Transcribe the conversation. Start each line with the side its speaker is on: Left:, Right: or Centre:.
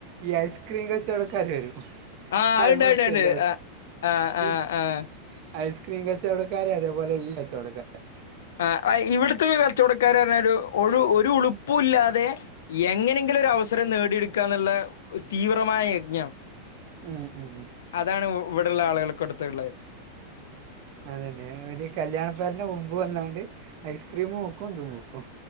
Right: ഈ ഐസ്ക്രീം കച്ചവടക്കാര് വരും.
Left: ആഹ്
Right: ഹൾ
Left: അത് ഇണ്ട്
Right: മോസ്റ്റ്
Left: അത് ഇണ്ട്
Right: എല്ലോ
Left: ആഹ് ആഹ്
Right: സ്‌
Left: ആഹ്
Right: ഐസ്ക്രീം കച്ചവടക്കാര് അതേപോലെ ഈ കച്ചവടക്കാര്.
Left: ആഹ് അയ് ഇവിടുത്തെ കച്ചവട ക്കാരാർഞ ഒരു ഒഴു ഉളുപ്പു ഇല്ലാതെ എങ്ങനെങ്കിലും ഒരു അവസരം നേടിയെടു ക്കാന്നുള്ള തീവ്രമായ യജ്ഞം.
Right: ഉം ഉം
Left: അതാണ് ഇവിടുള്ള ആളുകൾക്ക് കൊടുത്തുള്ള
Right: അതന്നെ ഒരു കല്യാണപ്പരന്റെ മുമ്പ് വന്നാണ്ട് ഐസ്ക്രീമും വെക്കും ഇതു വെക്കും.